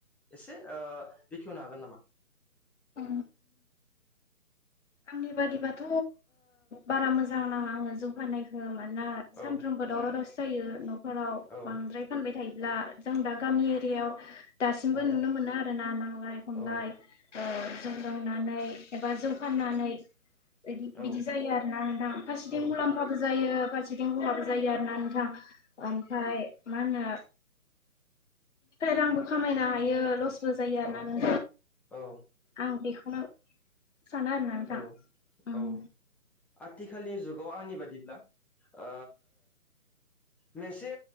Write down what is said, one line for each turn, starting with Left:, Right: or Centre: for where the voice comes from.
Centre: एसे ओ बेखेवनो हागोन नामा?
Left: अ आंनि बादिबाथ बारा मोजां नाङा आंङो जौगानायखो मानोना सानफ्रोमबो
Centre: औ
Left: दावराव दावसि जायो नखराव
Centre: औ
Left: बांद्राय फानबाय थायोब्ला। जों दा गामि एरियायाव दासिमबो
Centre: औ
Left: नुनो मोनो आरोना नांलाय खमलाय
Centre: औ
Left: जौ लोंनानै एबा जौ फाननानै दि
Centre: औ
Left: बिदि जायो आरोना नोंथां फारसेथिं
Centre: औ
Left: मुलाम्फाबो जायो फारसेथिं खहाबो जायो आरोना नोंथां ओमफ्राय मा होनो बिनिफ्राय रांबो खामायनो हायो लस बो जायो आरोना
Centre: औ
Left: नों
Centre: औ
Left: आं बेखौनो सानो आरोना नोंथां
Centre: औ
Left: उम
Centre: औ आथिखालनि जुगाव आंनि बादिब्ला ओ मोनसे